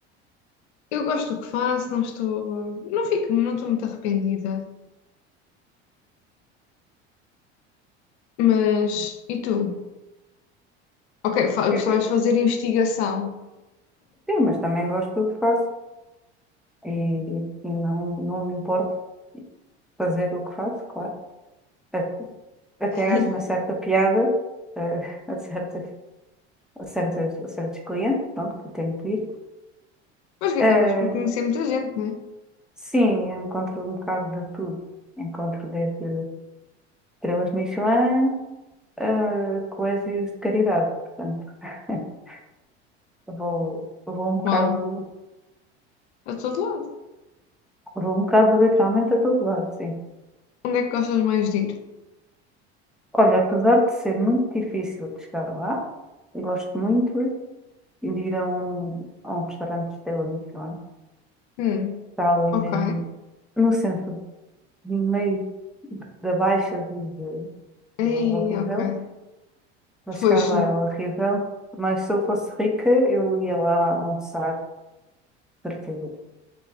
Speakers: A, on the left; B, in the centre.
A: eu gosto do que faço, não estou, não fico, não estou muito arrependida. Mas, e tu? Ok, fa- gostavas
B: eu- eu-
A: de fazer investigação.
B: sim, mas também gosto do que faço e, e não, não me importo fazer o que faço, claro. A- Até
A: <laughs>
B: acho uma certa piada eh, <laughs> a, certas, a certas, a certos clientes, pronto, que eu tenho que ir.
A: Mas que
B: eh,
A: acabas por conhecer muita gente, né?
B: Sim, eu encontro um bocado de tudo. Encontro desde estrelas Michelin a colégios de caridade. Portanto, <laughs> vou, vou um bocado,
A: Uau, a todo lado.
B: vou um bocado literalmente a todo lado, sim.
A: Onde é que gostas mais de ir?
B: Olha, apesar de ser muito difícil de chegar lá, gosto muito de ir a um, a um restaurante de estrela Michelin.
A: Hum,
B: Está ali
A: ok.
B: mesmo no centro, no meio da Baixa de, de,
A: Aí,
B: de horrível.
A: ok.
B: Para chegar
A: Pois,
B: lá é horrível. Mas se eu fosse rica, eu ia lá almoçar Perfil.